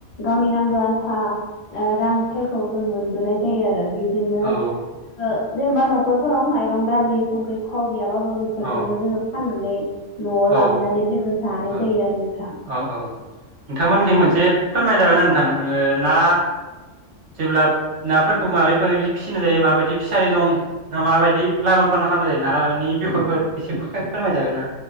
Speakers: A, on the left (about 60°); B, on the right (about 70°).
A: गावनि नांगौ आन्था ओ रां फोरखौ जों मोनबोनाय जायो आरो बे जोंनो
B: ओ
A: जोङो जेनेबा न'खरफोराव माइरं दालि संख्रि थाव गैयाबाबो बिफोरजोंनो
B: ओ
A: जोङो फाननानै न'आव
B: औ
A: लाबोनानै जोङो जानाय
B: औ ओ
A: जायो आरो नोंथां
B: अ ओ नोंथांमोनखि
A: औ
B: मोनसे
A: नंगौ
B: फोरमायजागोनना नोंथां ओ ना जेब्ला नाफोरखौ माबारैफोरदि फिसिनाय जायो माबायदि फिसारि दं ना माबायदि लालन फालन खालामनाय जायो नानि बिखयफोर एसे फोरमायजागोन ना?